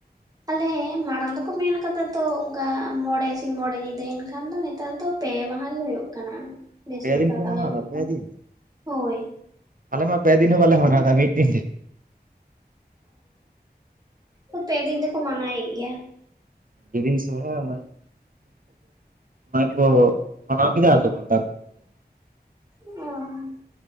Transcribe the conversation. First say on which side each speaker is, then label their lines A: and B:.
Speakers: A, on the right; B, on the right.
A: ᱟᱞᱮ ᱢᱟᱲᱟᱝ ᱫᱚᱠᱚ ᱢᱮᱱ ᱠᱟᱫᱟ ᱛᱚ ᱚᱝᱠᱟ ᱢᱚᱬᱮ ᱥᱤᱧ ᱢᱚᱬᱮ ᱧᱤᱫᱟᱹ ᱮᱱᱠᱷᱟᱱ ᱫᱚ ᱱᱮᱛᱟᱨ ᱫᱚ ᱯᱮ ᱢᱟᱦᱟ ᱜᱮ ᱦᱩᱭᱩᱜ ᱠᱟᱱᱟ ᱵᱮᱥᱤᱨ
B: ᱯᱮ ᱫᱤᱱ
A: ᱵᱷᱟᱠᱽ
B: ᱯᱮ ᱢᱟᱱᱟᱣ ᱮᱫᱟ
A: <inaudible> ᱫᱚ
B: ᱯᱮ ᱫᱤᱱ
A: ᱦᱳᱭ
B: ᱟᱞᱮ ᱢᱟ ᱯᱮ ᱫᱤᱱ ᱦᱚᱸ ᱵᱟᱞᱮ <inaudible> ᱢᱤᱫ ᱫᱤᱱ ᱛᱮ
A: ᱚ ᱯᱮ ᱫᱤᱱ ᱛᱮᱠᱚ ᱢᱟᱱᱟᱣᱭᱮᱫ ᱜᱮᱭᱟ
B: ᱡᱮ ᱫᱤᱱ ᱥᱚᱨᱦᱟᱭ <inaudible> ᱚᱱᱟ ᱜᱮ ᱠᱚ ᱢᱟᱱᱟᱣ ᱠᱮᱫᱟ ᱟᱫᱚ ᱵᱟᱝ ᱛᱟᱨᱯᱚᱨ <inaudible>
A: ᱚ <inaudible>